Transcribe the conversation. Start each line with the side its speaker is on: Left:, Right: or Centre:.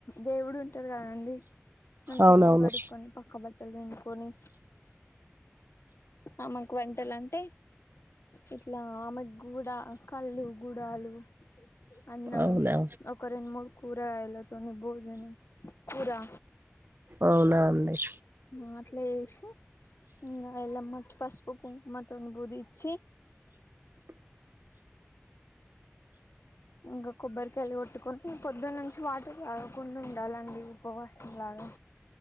Left: దేవుడు ఇారు కాదండి మంచి
Right: అవునవును
Left: ఇల్లు కట్టుకుని పక్కబట్ తెల్వేన్ పోని ఆమకు వంటలు అంటే ఇట్లా ఆమెకు కూడాూడ కళ్ళు గుడాలు అన్నం
Right: అవునా
Left: ఒక రెండు మూడు కూరా అయలా త ని భోజనం కూరా
Right: అవునాండి
Left: మాట్లా చేసి ఇంకా ఎలమ్మ కి పసుపు కుంకుమతో అనుభూతి ఇ చీ ఇకా కొబ్బరికయలి ఉట్టుకొ పొద్దున్న నుంచి వాటర్ రాాగకుండా ఉండాలండి ఉపవాసంలాగా